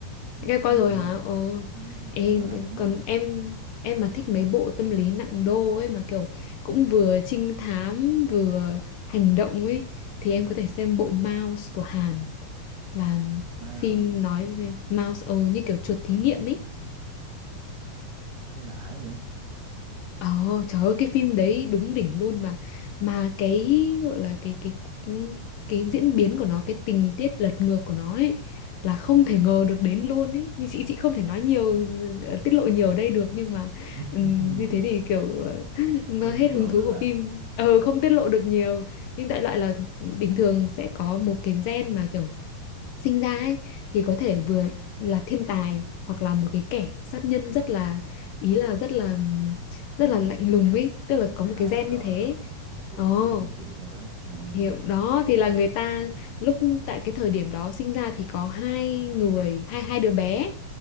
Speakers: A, on the right; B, on the left.
A: phim
B: em
A: nó hay
B: coi rồi
A: á
B: hả ờ
A: ừ,
B: Ê,
A: phim nó hay lắm
B: còn
A: á
B: em em mà thích mấy bộ tâm lý nặng đô ấy mà kiểu cũng vừa trinh thám vừa hành động ấy thì em có thể xem bộ Mouse của Hàn là
A: wow
B: phim
A: sao
B: nói về Mouse ờ như kiểu chuột thí nghiệm ấy
A: nghe lãi vậy
B: Ờ, trời ơi cái phim đấy đúng đỉnh luôn mà mà cái gọi là cái cái ừ, cái diễn biến của nó cái tình tiết lật ngược của nó ấy là không thể ngờ được đến luôn ấy nhưng chị chị không thể nói nhiều ờ, tiết lộ nhiều ở đây được nhưng mà
A: <laughs>
B: ừm, như thế thì kiểu ờ, <laughs> nó
A: không
B: hết
A: tiết
B: hứng
A: lộ
B: thú
A: được
B: của
A: à
B: phim ờ không tiết lộ được nhiều nhưng đại loại là bình thường sẽ có một cái gen mà kiểu sinh ra ấy thì có thể vừa là thiên tài hoặc là một cái kẻ sát nhân rất là ý là rất là rất là lạnh lùng ấy tức là có một
A: à
B: cái gen
A: rồi
B: như thế
A: rồi cũng
B: ồ
A: cũng hiểu cốt truyện rồi đó à
B: hiểu đó thì là người ta lúc tại cái thời điểm đó sinh ra thì có hai người hai hai đứa bé